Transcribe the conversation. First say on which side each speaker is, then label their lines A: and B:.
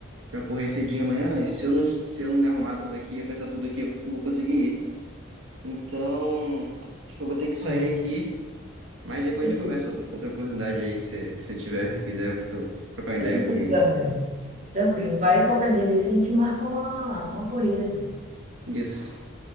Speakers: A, on the right (about 80°); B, on the right (about 40°).
A: para correr cedinho amanhã. E se eu não, se eu não me arrumar tudo aqui, apesar de tudo aqui, eu vou conseguir ir. Então, acho que eu vou ter que sair
B: Bom,
A: aqui. Mas depois
B: tranquilo,
A: a gente conversa com outra oportunidade aí, se, se eu tiver, quiser tro- trocar ideia
B: tranquilo,
A: um pouquinho.
B: Gabriel. Tranquilo. Vai qualquer dia desse a gente marca uma, uma corrida, pô.
A: Isso.